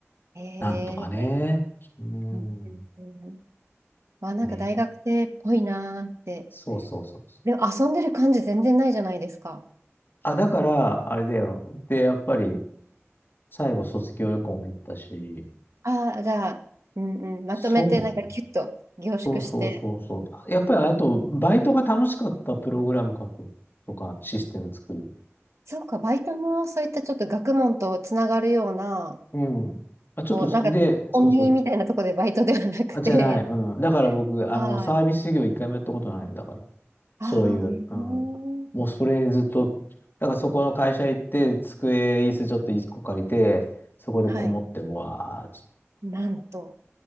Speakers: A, on the right (about 80°); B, on the left (about 45°).
A: ーん。へ
B: なんとかね。
A: え。
B: うん。
A: うんうんうんあ、なんか大学生っぽいなーって。
B: ね。そうそうそうそう。
A: でも遊んでる感じ全然ないじゃないですか。
B: あ、だから、あれだよ。で、やっぱり、最後卒業旅行も行ったし、
A: ああ、じゃあ、うんうん、まとめてなんかキュッと凝縮して。
B: そうね。そうそうそうそう。あやっぱりあと、バイトが楽しかったプログラム書くとか、システム作る。
A: そうか、バイトもそういったちょっと学問とつながるような、
B: うん。あ、ちょっと、
A: こう、なんかコンビニみたいなとこでバイトではなくて、
B: で、そうそう。あ、じゃない。うん。だから僕、あの、
A: はい。
B: サービス業一回もやったことない。だから、そういう。
A: ああ、えー
B: うん。もうそれずっと、だからそこの会社行って、机、椅子ちょっと一個借りて、そこでこもって、
A: はい。
B: うわーち
A: なんと。